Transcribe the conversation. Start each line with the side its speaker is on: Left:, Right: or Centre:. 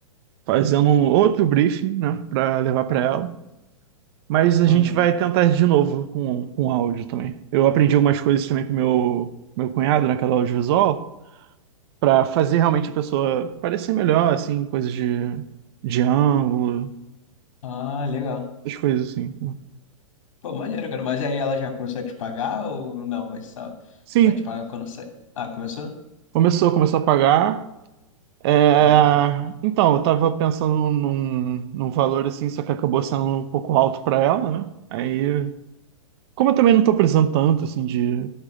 Right: fazendo um outro briefing, né, para levar para ela. Mas a
Left: Aham.
Right: gente vai tentar de novo com, com áudio também. Eu aprendi algumas coisas também com meu meu cunhado naquela audiovisual. Pra fazer realmente a pessoa parecer melhor, assim, coisas de, de ângulo,
Left: Ah, legal.
Right: essas coisas assim.
Left: Pô, maneiro, cara. Mas aí ela já começou a te pagar ou não? Vai só,
Right: Sim,
Left: só te pagar quando sai? Ah, começou?
Right: começou, começou a pagar. É,
Left: Uhum.
Right: Então, eu tava pensando num, num valor assim, só que acabou sendo um pouco alto pra ela, né? Aí, como eu também não tô precisando tanto, assim, de,